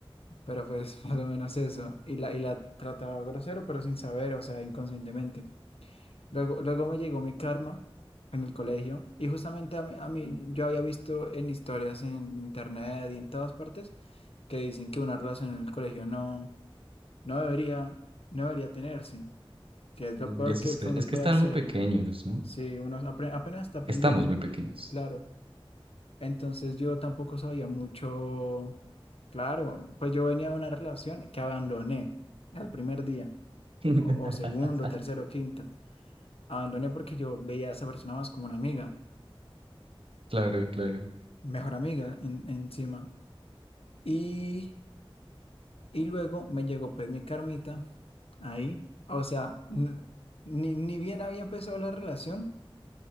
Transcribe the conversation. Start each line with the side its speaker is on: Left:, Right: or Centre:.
Left: pero fue <laughs> más o menos eso, y la, y la trataba grosero pero sin saber, o sea, inconscientemente. Luego, luego me llegó mi karma en el colegio y justamente a mí, a mí yo había visto en historias en internet y en todas partes que dicen que una relación en el colegio no, no debería, no debería tenerse, que es
Right: Debería
Left: lo peor
Right: suceder.
Left: que, que uno
Right: Es que
Left: puede
Right: están
Left: hacer
Right: muy pequeños, ¿no?
Left: si uno apre- apenas está aprendiendo,
Right: Estamos
Left: y-
Right: muy pequeños.
Left: claro. Entonces yo tampoco sabía mucho, claro, pues yo venía de una relación que abandoné al primer día,
Right: <laughs>
Left: o, o segundo, tercero, quinto. Abandoné porque yo veía a esa persona más como una amiga,
Right: Claro, claro.
Left: mejor amiga en- encima. Y, y luego me llegó pues mi carmita ahí, o sea, n- ni, ni bien había empezado la relación